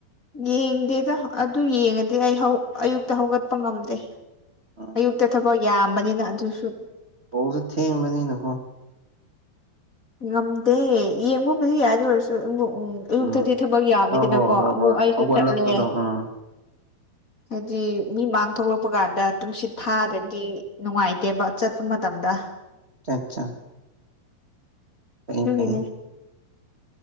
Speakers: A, on the left (about 25°); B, on the right (about 65°).
A: ꯌꯦꯡꯗꯦꯗ ꯑꯗꯨ ꯌꯦꯡꯉꯗꯤ ꯑꯩ ꯑꯌꯨꯛꯇ ꯍꯧꯒꯠꯄ ꯉꯝꯗꯦ
B: ꯎꯝ
A: ꯑꯌꯨꯛꯇ ꯊꯕꯛ ꯌꯥꯝꯕꯅꯤꯅ ꯑꯗꯨꯁꯨ
B: ꯁꯨ ꯊꯦꯡꯕꯅꯤ ꯅꯀꯣ
A: ꯉꯝꯗꯦ ꯌꯦꯡꯕꯕꯨꯗꯤ ꯌꯥꯢ ꯑꯗꯨ ꯑꯣꯏꯔꯁꯨ ꯑꯌꯨꯛꯇꯗꯤ
B: ꯎꯝ
A: ꯊꯕꯛ ꯌꯥꯝꯃꯤꯗꯅꯀꯣ
B: ꯍꯣꯏ ꯍꯣꯏ ꯍꯣꯏ
A: ꯑꯃꯨꯛ
B: ꯍꯣꯏ
A: ꯑꯩꯁꯨ
B: ꯍꯧꯒꯠꯂꯛꯄꯗꯣ
A: ꯆꯠꯂꯦ
B: <unintelligible>
A: ꯍꯥꯏꯗꯤ ꯃꯤ ꯃꯥꯡ ꯊꯣꯛꯂꯛꯄ ꯀꯥꯟꯗ ꯇꯨꯝꯁꯤꯠ ꯐꯗꯔ꯭ꯗꯤ ꯅꯨꯡꯉꯥꯏꯇꯦ ꯕ ꯆꯠꯄ ꯃꯇꯝꯗ
B: ꯆꯥ ꯆꯥ ꯈꯪꯉꯦ
A: ꯑꯗꯨꯒꯤꯅꯦ
B: ꯈꯪꯉꯦ